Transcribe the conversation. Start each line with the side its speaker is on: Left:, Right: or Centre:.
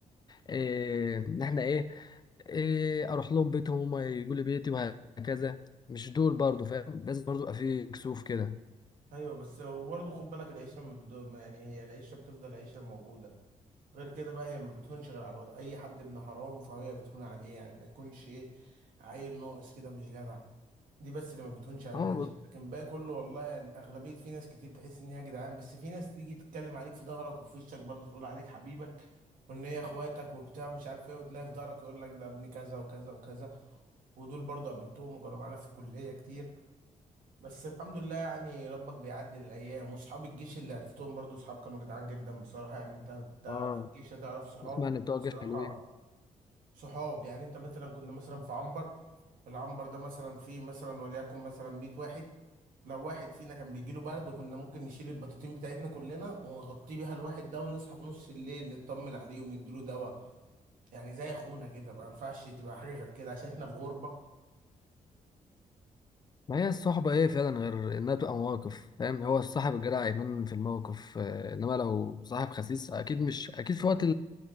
Left: إيه، ان احنا ايه, إيه اروح لهم بيتهم هم يقولوا لي بيتي وهكذا مش دول برضو فاهم لازم برضو يبقى في كسوف كده
Right: ايوه بس برضه خد بالك العشرة من الدوم يعني هي العشرة بتفضل عشرة موجودة غير كده بقى هي ما بتهونش غير على الواد اي حد ابن حرام فهي بتهون عليه يعني ما يكونش ايه عيل ناقص كده مش جدع دي بس اللي ما بتهونش عليه
Left: اه
Right: العيش يعني. لكن بقى كله والله اغلبيه في ناس كتير تحس ان هي يا جدعان بس في ناس تيجي تتكلم عليك في ظهرك وفي وشك برضه تقول عليك حبيبك وان هي اخواتك وبتاع مش عارف ايه وتلاقي في ظهرك يقول لك ده ابن كذا وكذا وكذا ودول برضه قابلتهم وكانوا معانا في الكليه كتير بس الحمد لله يعني ربك بيعدل الايام وصحاب الجيش اللي عرفتهم برضو صحاب كانوا جدعان جدا بصراحه يعني انت انت
Left: اه
Right: في الجيش هتعرف صحاب
Left: اسمع ان بتوع الجيش
Right: بصراحه
Left: حلوين
Right: صحاب يعني انت مثلا كنا مثلا في عنبر العنبر ده مثلا فيه مثلا وليكن مثلا 100 واحد لو واحد فينا كان بيجيله برد كنا ممكن نشيل البطاطين بتاعتنا كلنا ونغطيه بيها الواحد ده ونصحى في نص الليل نطمن عليه ونديله دواء يعني زي اخونا كده ما ينفعش تبقى حاجه غير كده عشان احنا في غربه
Left: ما هي الصحبة ايه فعلا غير انها تبقى مواقف فاهم هو الصاحب الجدع يبان في الموقف آه، انما لو صاحب خسيس اكيد مش اكيد في وقت